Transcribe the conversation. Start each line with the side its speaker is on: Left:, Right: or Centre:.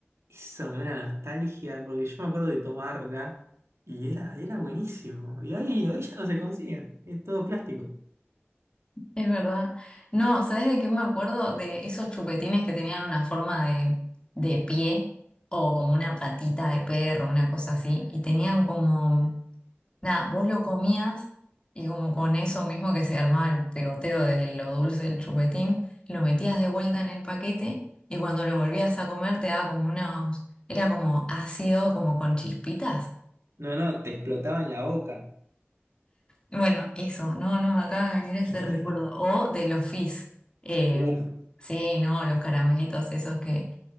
Right: eso me da una nostalgia porque yo me acuerdo de tomarla y era, era buenísimo. Y hoy, hoy ya no se consiguen, es todo plástico.
Left: Es verdad. No, sabes de qué me acuerdo? De esos chupetines que tenían una forma de, de pie o como una patita de perro, una cosa así, y tenían como Nada, vos lo comías y como con eso mismo que se armaba el pegoteo de lo dulce del chupetín, lo metías de vuelta en el paquete y cuando lo volvías a comer te daba como unos, era como ácido, como con chispitas.
Right: No, no, te explotaba en la boca.
Left: Bueno, eso, no, no me acaba de venir ese
Right: <laughs>
Left: recuerdo. O de los fizz. Eh,
Right: Uf.
Left: sí, no, los caramelitos esos que